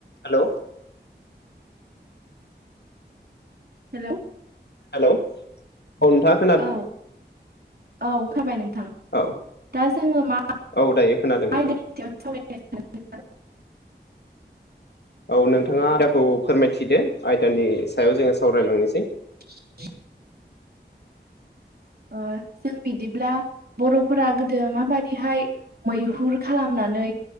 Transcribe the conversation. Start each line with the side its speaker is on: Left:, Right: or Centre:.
Left: Hello.
Right: Hello.
Left: Hello औ नोंथां।
Right: औ औ खोनाबाय नोंथां।
Left: औ
Right: दा जोङो मा
Left: औ दायो खोनादों नोंथां
Right: आयदानि सायाव सावरायनो सानदों? नोंथां?
Left: औ नोंथाङा आयदाखौ फोरमायथिदो आयदानि सायाव जोङो सावरायलांनोसै।
Right: <inaudible>
Left: <inaudible>
Right: ओ जों बिदिब्ला बर'फोरा गोदो माबादिहाय मैहुर खालामनानै